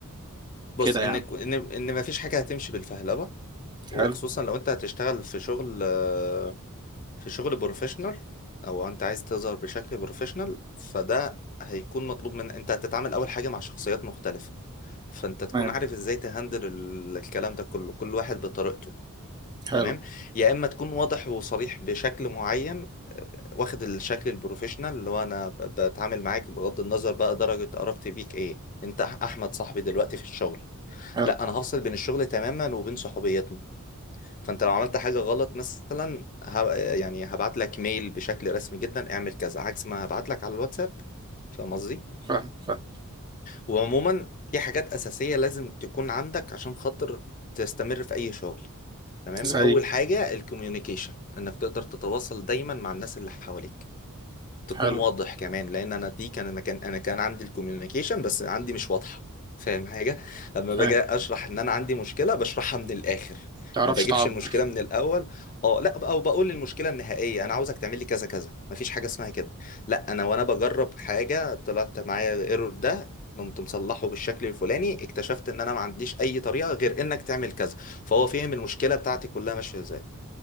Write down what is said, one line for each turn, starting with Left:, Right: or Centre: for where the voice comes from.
Left: بص
Right: كده
Left: ان
Right: يعني
Left: كو- ان ان ما فيش حاجه هتمشي بالفهلوه وخصوصا
Right: حلو
Left: لو انت هتشتغل في شغل آه، في شغل بروفيشنال او انت عايز تظهر بشكل بروفيشنال فده هيكون مطلوب من انت هتتعامل اول حاجه مع شخصيات مختلفه فانت تكون
Right: تمام
Left: عارف ازاي تهندل ال- الكلام ده كله كل واحد بطريقته
Right: حلو
Left: تمام يا اما تكون واضح وصريح بشكل معين واخد الشكل البروفيشنال اللي هو انا ب- بتعامل معاك بغض النظر بقى درجه قرابتي بيك ايه انت أح- احمد صاحبي دلوقتي في الشغل
Right: حلو
Left: لا انا هفصل بين الشغل تماما وبين صحوبيتنا فانت لو عملت حاجه غلط مثلا هب... يعني هبعت لك ميل بشكل رسمي جدا اعمل كذا عكس ما هبعت لك على الواتساب فاهم قصدي
Right: فاهم فاهم
Left: وعموما في حاجات اساسيه لازم تكون عندك عشان خاطر تستمر في اي شغل تمام
Right: زي
Left: اول حاجه الكوميونيكيشن انك تقدر تتواصل دايما مع الناس اللي حواليك تكون
Right: حلو
Left: واضح كمان لان انا دي كان مكان انا كان عندي الكوميونيكيشن بس عندي مش واضحه فاهم حاجه لما باجي
Right: فاهم
Left: اشرح ان انا عندي مشكله بشرحها من الاخر
Right: تعرفش
Left: ما بجيبش
Right: تعبر
Left: المشكله من الاول اه لا او بقول المشكله النهائيه انا عاوزك تعمل لي كذا كذا مفيش حاجه اسمها كده لا انا وانا بجرب حاجه طلعت معايا ايرور ده قمت مصلحه بالشكل الفلاني اكتشفت ان انا ما عنديش اي طريقه غير انك تعمل كذا فهو فهم المشكله بتاعتي كلها ماشيه ازاي